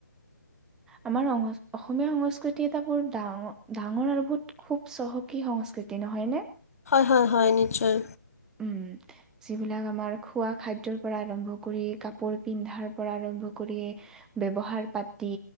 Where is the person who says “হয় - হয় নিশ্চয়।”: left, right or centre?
Left